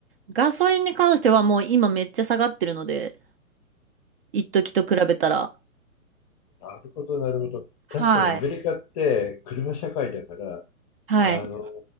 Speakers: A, on the right; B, on the left.
A: ガソリンに関してはもう今めっちゃ下がってるので、一時と比べたら。
B: なるほど、なるほど。
A: はい。
B: 確かにアメリカって車社会だから、
A: はい。
B: あの